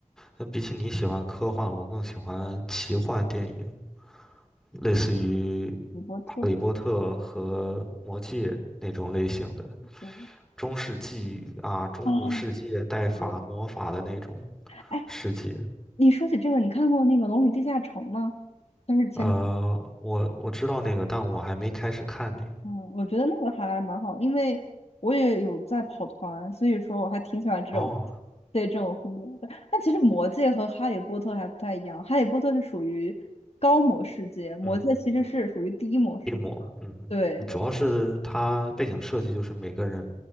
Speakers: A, in the centre; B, on the left.
A: 那比起你喜欢科幻，我更喜欢奇幻电影，类似于
B: 利波特》
A: 《哈利波特》和《魔戒》那种类型的。
B: 对
A: 中世纪啊、中古世界带法魔法的那种
B: 啊。对哎，
A: 世界。
B: 你说起这个，你看过那个《龙与地下城》吗？但是前几，
A: 呃，我我知道那个，但我还没开始看那个。
B: 嗯，我觉得那个还蛮好，因为我也有在跑团，所以说我还挺喜欢这种，
A: 哦，
B: 对这种风格的。但其实《魔戒》和《哈利波特》还不太一样，《哈利波特》是属于高模世界，《魔戒》其实是属于低模世界。
A: 嗯哼，病魔，嗯哼，
B: 对对
A: 主要是它背景设计就是每个人